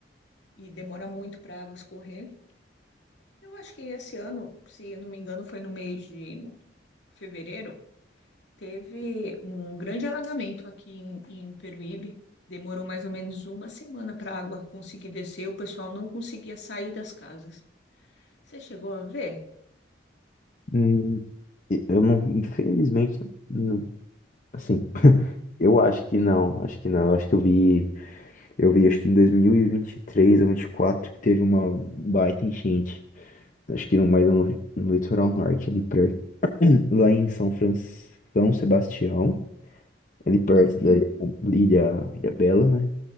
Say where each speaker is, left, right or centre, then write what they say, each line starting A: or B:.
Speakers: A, on the left; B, on the left.
A: E demora muito para a água escorrer. Eu acho que esse ano, se não me engano, foi no mês de fevereiro, teve um grande alagamento aqui em, em Peruíbe. Demorou mais ou menos uma semana para a água conseguir descer, o pessoal não conseguia sair das casas. Você chegou a ver?
B: Hum, Eu não, infelizmente, não- assim, eu acho que não, acho que não. Eu acho que eu vi, eu vi acho que em 2023 ou 24 que teve uma baita enchente. Acho que no mais no, no litoral norte, ali perto, lá em São Fran, São Sebastião, ali perto
A: Uhum.
B: da Ilha Ilha Bela, né?